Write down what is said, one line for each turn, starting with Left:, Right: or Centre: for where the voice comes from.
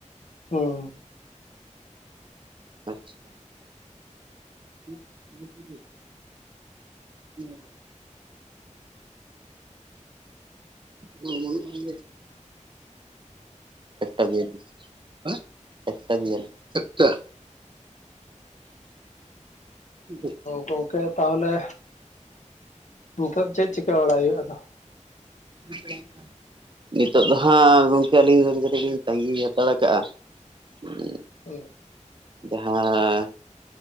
Left: ᱩᱸᱻ
Right: ᱟᱪᱪᱷᱟ ᱩᱫ ᱵᱩ ᱵᱩᱞᱩ ᱧᱮᱞᱟᱢ ᱚᱸ ᱵᱟᱱᱩᱜᱼᱟ ᱚᱸᱰᱮ ᱮᱠ ᱴᱟ ᱵᱤᱭᱟᱞᱤᱥ ᱟ ᱮᱠᱴᱟ ᱵᱤᱭᱟᱞᱤᱥ ᱮᱠᱴᱟ ᱫᱩᱯ
Left: ᱜᱚᱝᱠᱮ ᱛᱟᱦᱚᱞᱮ ᱱᱤᱛᱚᱜ ᱪᱮᱫ ᱪᱤᱠᱟ ᱵᱟᱲᱟᱭ ᱦᱩᱭᱩᱜ-ᱟ ᱫᱚ
Right: <inaudible> ᱱᱤᱛᱚᱜ ᱫᱚ ᱦᱟᱸᱜ ᱜᱚᱝᱠᱮ ᱟᱞᱤᱧ ᱫᱚ ᱞᱤᱧ ᱠᱟᱴᱤᱡ ᱞᱤᱧ ᱛᱟᱸᱜᱤ ᱦᱟᱛᱟᱲ ᱟᱠᱟᱜᱼᱟ ᱩᱸᱻ
Left: ᱳᱦ
Right: ᱡᱟᱦᱟᱸᱻ